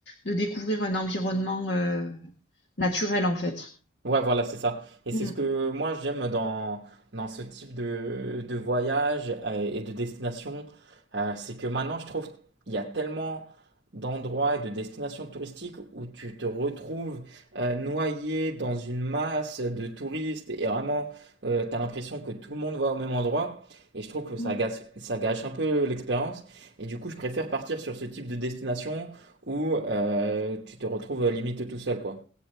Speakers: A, on the left; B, on the right.
A: de découvrir un environnement euh, naturel, en fait.
B: Ouais, voilà, c'est ça. Et c'est
A: Mm,
B: ce que moi j'aime dans, dans ce type de, de voyage euh, et de destination. Euh, c'est que maintenant, je trouve il y a tellement d'endroits et de destinations touristiques où tu te retrouves euh, noyé dans une masse de touristes et vraiment, tu as l'impression que tout le monde va au même endroit. Et je trouve que ça
A: mm.
B: gâche, ça gâche un peu l'expérience. Et du coup, je préfère partir sur ce type de destination où euh, tu te retrouves euh, limite tout seul, quoi.